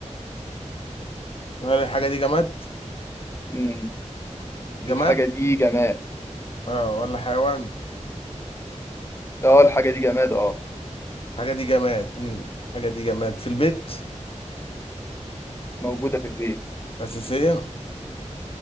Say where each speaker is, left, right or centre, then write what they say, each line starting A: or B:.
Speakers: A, on the left (about 50°); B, on the left (about 20°).
A: هل الحاجة دي جماد
B: مم.
A: جماد
B: الحاجه دي جماد
A: اه ولا حيوان
B: اه الحاجه دي جماد اه
A: الحاجة دي جماد امم الحاجة دي جماد في البيت
B: موجوده في البيت
A: أساسية